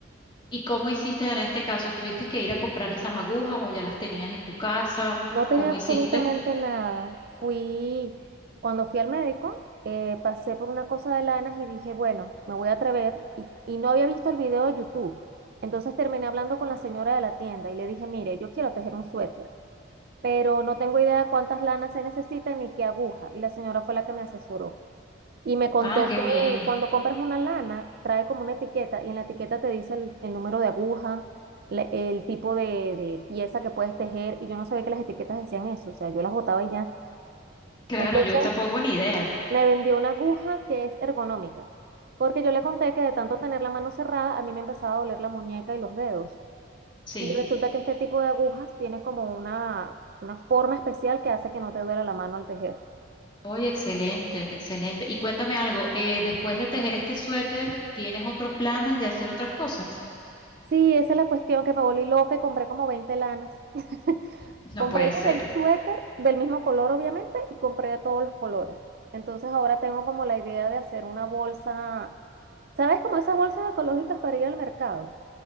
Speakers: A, on the left (about 25°); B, on the right (about 50°).
A: ¿Y cómo hiciste en este caso? ¿Tuviste que ir a comprar esas agujas o ya las tenías en tu casa?
B: No tenía
A: ¿Cómo
B: absolutamente
A: hiciste?
B: nada. Fui, cuando fui al médico, eh, pasé por una cosa de lanas y dije, bueno, me voy a atrever, y, y no había visto el video de YouTube. Entonces terminé hablando con la señora de la tienda y le dije, mire, yo quiero tejer un suéter, pero no tengo idea de cuántas lanas se necesitan ni qué aguja. Y la señora fue la que me asesoró. Y me contó
A: Ah, qué
B: que
A: bien.
B: cuando compras una lana, trae como una etiqueta y en la etiqueta te dice el, el número de aguja, la- el tipo de, de pieza que puedes tejer. Y yo no sabía que las etiquetas decían eso, o sea, yo las botaba y ya.
A: Claro,
B: Entonces
A: yo tampoco ni idea.
B: me vendió una aguja que es ergonómica, porque yo le conté que de tanto tener la mano cerrada, a mí me empezaba a doler la muñeca y los dedos.
A: Sí.
B: Y resulta que este tipo de agujas tiene como una, una forma especial que hace que no te duela la mano al tejer.
A: Oye, excelente, excelente. Y cuéntame algo, eh, después de tejer este suéter, ¿tienes otros planes de hacer otras cosas?
B: Sí, esa es la cuestión que me volví loca y compré como 20 lanas. <laughs>
A: <laughs> No
B: Compré
A: puede
B: las
A: ser.
B: del suéter del mismo color, obviamente, y compré de todos los colores. Entonces ahora tengo como la idea de hacer una bolsa, ¿sabes? Como esas bolsas ecológicas para ir al mercado.